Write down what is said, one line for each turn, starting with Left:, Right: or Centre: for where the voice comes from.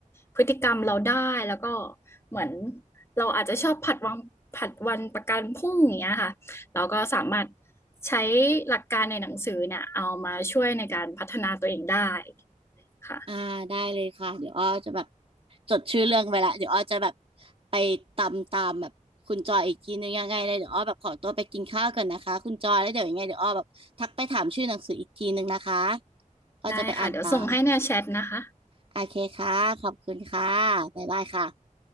Left: พฤติกรรมเราได้แล้วก็เหมือนเราอาจจะชอบผัดวางผัดวันประกันพรุ่งอย่างเงี้ยค่ะเราก็สามารถใช้หลักการในหนังสือเนี่ยเอามาช่วยในการพัฒนาตัวเองได้ค่ะ
Right: อ่าได้เลยค่ะเดี๋ยวอ้อจะแบบจดชื่อเรื่องไว้ละเดี๋ยวอ้อจะแบบไปตามตามแบบคุณจอยอีกทีนึงยังไงเลยเดี๋ยวอ้อแบบขอตัวไปกินข้าวก่อนนะคะคุณจอยแล้วเดี๋ยวยังไงเดี๋ยวอ้อแบบทักไปถามชื่อหนังสืออีกทีนึงนะคะอ้อจะไปอ่านตาม
Left: ได้ค่ะเดี๋ยวส่งให้ในแชทนะคะ
Right: โอเคค่ะขอบคุณค่ะบ๊ายบายค่ะ